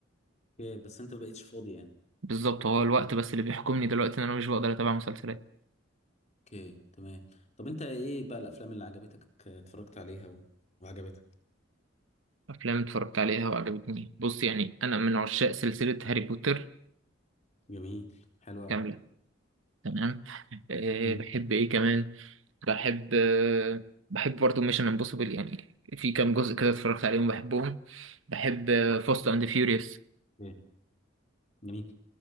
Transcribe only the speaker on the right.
بالظبط هو الوقت بس اللي بيحكمني دلوقتي ان انا مش بقدر اتابع مسلسلات
افلام اتفرجت عليها وعجبتني بص يعني انا من عشاق سلسله هاري بوتر
كامله تمام أه
بحب ايه كمان بحب أه بحب برضه ميشن امبوسيبل يعني في كام جزء كده اتفرجت عليهم بحبهم بحب فاست اند فيوريوس